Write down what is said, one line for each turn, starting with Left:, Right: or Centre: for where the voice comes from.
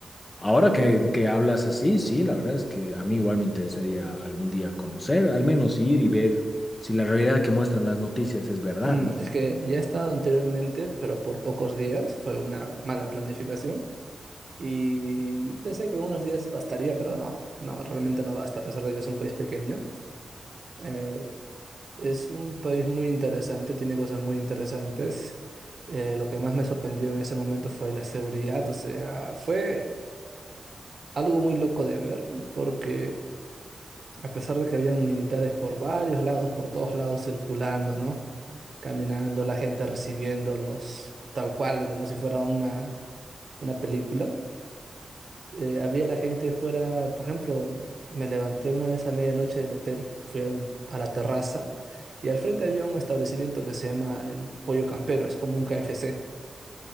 Left: ahora que, que hablas así, sí, la verdad es que a mí igual me interesaría algún día conocer, al menos ir y ver si la realidad que muestran las noticias es verdad,
Right: Mm,
Left: ¿no?
Right: es que ya he estado anteriormente, pero por pocos días, fue una mala planificación. Y pensé que unos días bastaría, pero no, no, realmente no basta, a pesar de que es un país pequeño. Eh, es un país muy interesante, tiene cosas muy interesantes. Eh, lo que más me sorprendió en ese momento fue la seguridad, o sea, fue algo muy loco de ver, porque a pesar de que habían militares por varios lados, por todos lados circulando, ¿no? Caminando, la gente recibiéndolos tal cual, como si fuera una, una película. eh, había la gente fuera, por ejemplo, me levanté una vez a medianoche del hotel, fui a, un- a la terraza y al frente había un establecimiento que se llama el Pollo Campero, es como un KFC,